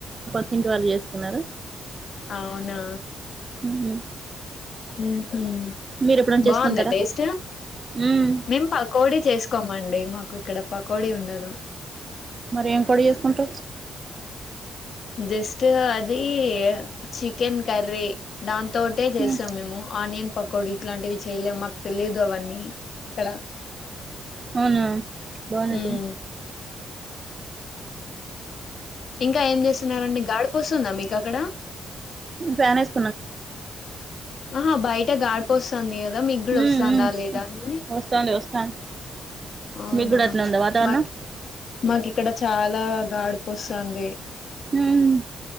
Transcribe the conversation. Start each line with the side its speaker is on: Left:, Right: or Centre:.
Right: క్కింటి వాళ్ళు చేసుకున్నారు
Left: అవునా
Right: మ్మ్
Left: ఉహ్మ్
Right: మీరు ఎప్పుడన్నా
Left: బావుందా
Right: చేసుకుంటారా
Left: టేస్ట్
Right: మ్మ్
Left: మేం పకోడి చేస్కోమ్ మండే మాకు ఇక్కడ పకోడి ఉండదు
Right: మరి ఏం కొడి చేసుకుంట్రూ
Left: జస్ట్ అది చికెన్ కర్రీ దన్ తోటే చేస్సాం
Right: మ్మ్
Left: మేము ఆనియన్ పకోడి ఇట్లాంటివి చేయలేము మాక్ తెలిదు అవన్నీ ఇక్కడ
Right: అవునా బావున్నై
Left: ఉమ్
Right: తిన్
Left: ఇంకా ఏం చేసున్నారండి గాడ్పోసుందా మిక్ అక్కడ
Right: ఫ్యానెస్
Left: అహా బయిట గాడ్పోసంది మీగ్ గుడ
Right: మ్మ్
Left: అస్సందా
Right: మ్మ్
Left: లేదా అని
Right: వస్తాంది వస్తాంది
Left: అవునా
Right: మీకు కూడా అట్నే ఉందా వాతావరణం
Left: మాక్ మాక్ ఇక్కడ చాలా గాడ్పోస్సంది
Right: ఉహ్మ్